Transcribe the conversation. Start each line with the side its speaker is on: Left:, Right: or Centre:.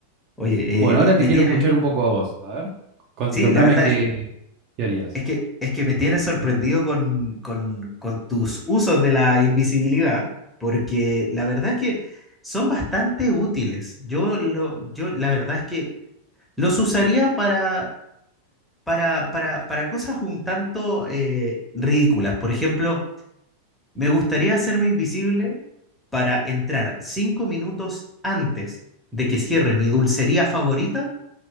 Centre: Oye,
Right: Bueno, ahora
Centre: eh, me
Right: te quiero
Centre: tiene,
Right: escuchar un poco a vos. A ver, con-
Centre: sí,
Right: contame
Centre: la verdad
Right: qué,
Centre: es,
Right: qué harías.
Centre: Es que, es que me tienes sorprendido con, con, con tus usos de la invisibilidad, porque la verdad es que son bastante útiles. Yo, lo, yo la verdad es que los usaría para, para, para, para cosas un tanto eh, ridículas. Por ejemplo, me gustaría hacerme invisible para entrar cinco minutos antes de que cierre mi dulcería favorita